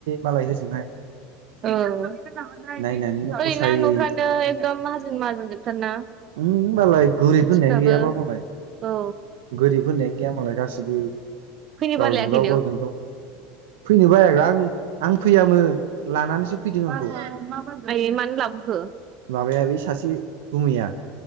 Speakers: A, on the right; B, on the right.
A: मालाय होजोंहाय।
B: औ ओरैना
A: नायनानैनो फसायो
B: न'फ्रानो एकदम माहाजोन माहाजोन जोबथारना?
A: उम्म मालाय गोरिब
B: मानसिफ्राबो
A: होननायानो गैयाबा मालाय।
B: औ
A: गोरिब होननायानो गैया मालाय गासिबो
B: फैनो
A: गावजों
B: बालायाखैनो
A: गाव गावजों गाव फैनो बायोलां आं फैयामोन लानानैसो फैदों आंखौ
B: मा न' माबायदि आइयै मानो लाबोखो?
A: माबाया बे सासे गुमैया